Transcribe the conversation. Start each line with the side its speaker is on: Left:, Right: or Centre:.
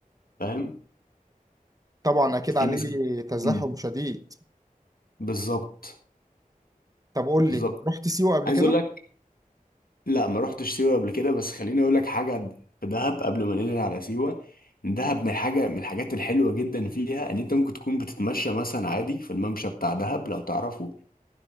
Left: فاهم
Right: طبعا أكيد
Left: في
Right: عليه
Left: ناس
Right: تزاحم
Left: مم.
Right: شديد
Left: بالظبط
Right: طب قول
Left: بالظبط
Right: لي رحت سيوة قبل
Left: عايز
Right: كده؟
Left: اقول لك لا ما رحتش سيوة قبل كده بس خليني اقول لك حاجة في دهب قبل ما ننقل على سيوة دهب من حاجة من الحاجات الحلوة جدا فيها ان انت ممكن تكون بتتمشى مثلا عادي في الممشى بتاع دهب لو تعرفه